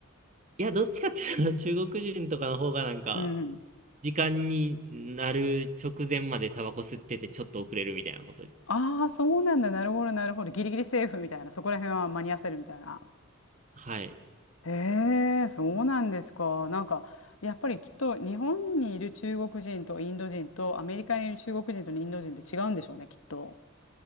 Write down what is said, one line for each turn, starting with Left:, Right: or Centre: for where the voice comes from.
Right: いや、どっちかって言ったら中国人とかの方がなんか、
Left: うん。
Right: 時間になる直前までタバコ吸っててちょっと遅れるみたいなこと。
Left: ああ、そうなんだ。なるほど、なるほど。ギリギリセーフみたいな。そこら辺は間に合わせるみたいな。
Right: はい。
Left: へえ、そうなんですか。なんか、やっぱりきっと日本にいる中国人とインド人とアメリカにいる中国人とインド人って違うんでしょうね、きっと。